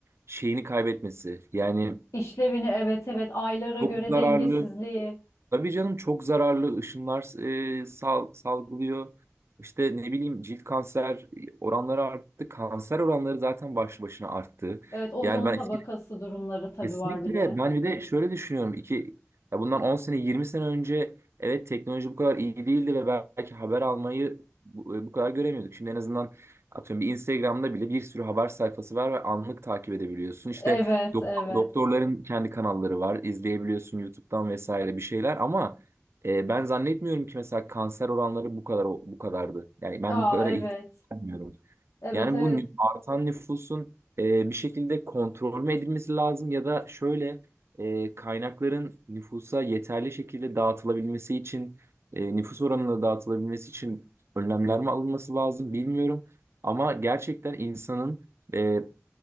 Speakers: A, on the right (about 60°); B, on the left (about 85°).
A: şeyini kaybetmesi. Yani
B: İşlevini evet evet aylara
A: çok
B: göre
A: zararlı.
B: dengesizliği.
A: Tabii canım çok zararlı ışınlar e, sal- salgılıyor. İşte ne bileyim cilt kanser oranları arttı. Kanser oranları zaten başlı başına arttı.
B: Evet ozon
A: Yani ben
B: tabakası
A: eski
B: durumları tabii
A: Kesinlikle
B: var bir de.
A: ben bir de şöyle düşünüyorum iki ya bundan 10 sene 20 sene önce evet teknoloji bu kadar iyi değildi ve belki haber almayı bu, e, bu kadar göremiyorduk. Şimdi en azından atıyorum bir Instagram'da bile bir sürü haber sayfası var ve anlık takip edebiliyorsun. İşte
B: Evet,
A: dok-
B: evet.
A: doktorların kendi kanalları var izleyebiliyorsun YouTube'dan vesaire bir şeyler ama e, ben zannetmiyorum ki mesela kanser oranları bu kadar bu kadardı. Yani ben
B: Aa,
A: bu kadar
B: evet.
A: ihtiyaç duymuyorum.
B: Evet,
A: Yani
B: evet.
A: bu nü- artan nüfusun e, bir şekilde kontrol mü edilmesi lazım ya da şöyle e, kaynakların nüfusa yeterli şekilde dağıtılabilmesi için e, nüfus oranına dağıtılabilmesi için önlemler mi alınması lazım bilmiyorum. Ama gerçekten insanın e,